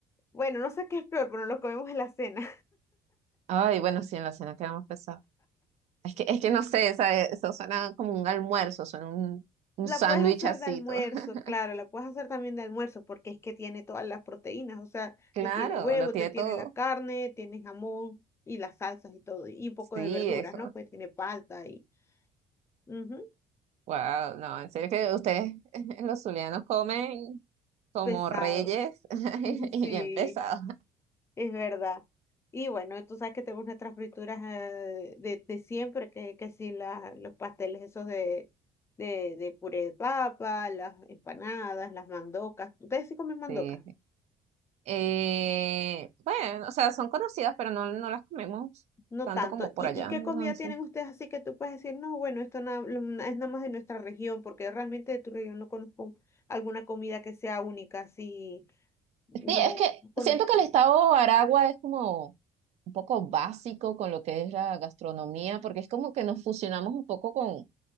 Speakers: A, on the left; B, on the right.
A: bueno, no sé qué es peor, pero nos lo comemos en la cena.
B: Ay, bueno, sí, en la cena quedamos pesados. Es que, es que no sé, ¿sabe? Eso suena como un almuerzo, suena un, un
A: La
B: sándwich
A: puedes hacer
B: así,
A: de almuerzo,
B: todo. <laughs>
A: claro, la puedes hacer también de almuerzo porque es que tiene todas las proteínas, o sea,
B: Claro,
A: te tiene huevo,
B: lo tiene
A: te tiene
B: todo.
A: la carne, tiene jamón y las salsas y todo, y un poco
B: Sí,
A: de verduras,
B: eso.
A: ¿no? Pues tiene palta y ujú,
B: Wow, no, en serio que ustedes, <laughs> los zulianos, comen como
A: pesado.
B: reyes <laughs>
A: <laughs>
B: y
A: Sí,
B: bien pesados.
A: es verdad. Y bueno, tú sabes que tenemos nuestras frituras eh, de, de siempre, que, que sí, la- los pasteles esos de, de, de puré de papa, las empanadas, las mandocas. ¿Ustedes sí comen mandocas?
B: Sí. Eh, bueno, o sea, son conocidas, pero no, no las comemos
A: No
B: tanto
A: tanto.
B: como por
A: ¿Y,
B: allá.
A: y qué
B: Entonces.
A: comida tienen ustedes así que tú puedes decir, no, bueno, esto na- lo- na- es nada más de nuestra región, porque realmente de tu región no conozco alguna comida que sea única, así,
B: Sí,
A: no,
B: es que
A: no conozco.
B: siento que el estado Aragua es como un poco básico con lo que es la gastronomía, porque es como que nos fusionamos un poco con,